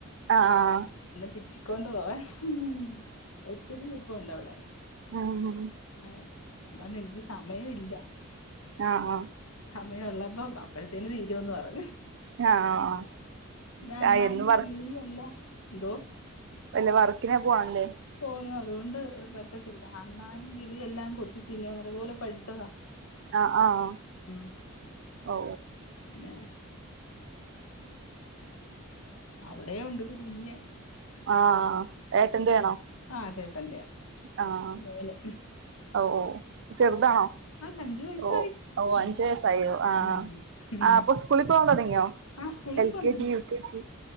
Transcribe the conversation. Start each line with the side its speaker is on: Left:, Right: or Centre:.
Right: ആഹ്
Left: ഒന്ന് പിച്ചിക്കൊണ്ട് പോവാൻ ഉം ഒത്തിരി മിറ്റം ഉണ്ടോ അവിടെ
Right: അഹ്
Left: ആഞാൻ പറഞ്ഞു എനിക്ക് സമയം ഇല്ല
Right: ആഹ ആഹ
Left: സമയമ ഉള്ളപ്പ അപ്പഴത്തേന് തീരുമന്ന് പറഞ്ഞു
Right: ആഹ് ആഹ്
Left: പി അണ്ണനും
Right: എന്നും
Left: കീളിയും എല്ലാം എന്തോ
Right: അല്ലെ വർക്കിനെ പോണംല്ലേ
Left: ഓ അതുകൊണ്ട് പറ്റത്തില്ല അണ്ണാനും കിളി എല്ലാം കൊത്തി തിന്നു അങ്ങത് പോലെ പഴുത്തതാ
Right: ആഹ ആഹ്
Left: ഉം.
Right: ഓ
Left: പിന്നെ അവിടെ ഉണ്ട് ഒരു കുഞ്ഞ്
Right: ആ ഏറ്റന്റ് വേണോ
Left: ആഹ ചേട്ടന്റെയാ
Right: ആഹ
Left: മേലെ
Right: ഓ ഓ ചെറുതാണോ
Left: അല്ല അഞ്ചു വയസ്സായി
Right: ഓ ഓ
Left: ഉം,
Right: അഞ്ച വയസായി ആഹ
Left: ഉം. ഹും.
Right: ആപ്പൊ സ്കൂളിൽ പോകൻ തുടങ്ങിയോ
Left: ആ സ്കൂളിൽ
Right: എൽ
Left: പോന്നു
Right: കെ ജി യു കെ ജി